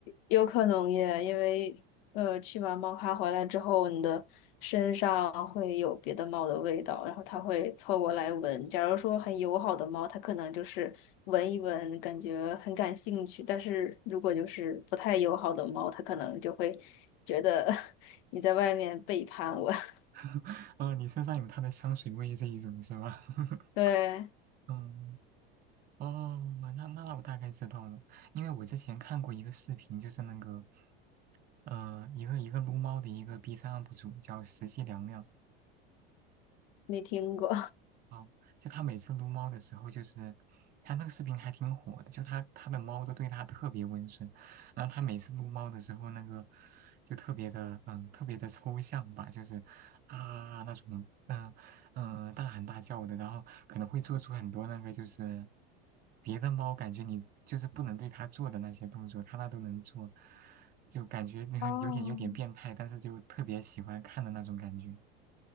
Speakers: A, on the left; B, on the right.
A: 有可能耶，因为呃，去完猫咖回来之后，你的身上会有别的猫的味道，然后它会凑过来闻。假如说很友好的猫，它可能就是闻一闻，感觉很感兴趣；但是如果就是不太友好的猫，它可能就会觉得 <laughs> 你在外面背叛我。<laughs>
B: <laughs> 哦，你身上有它的香水味这一种是吧？<laughs>
A: 对，
B: 嗯哦，那那我大概知道了，因为我之前看过一个视频，就是那个，呃，一个一个撸猫的一个 B 站 UP 主叫实际凉凉，
A: 没听过。
B: 啊，就他每次撸猫的时候，就是他那个视频还挺火的，就他他的猫都对他特别温顺，然后他每次撸猫的时候，那个就特别的嗯特别的抽象吧，就是啊那种嗯嗯、呃大喊大叫的，然后可能会做出很多那个就是别的猫感觉你就是不能对它做的那些动作，它那都能做，就感觉 <laughs>
A: 哦，
B: 有点有点变态，但是就特别喜欢看的那种感觉。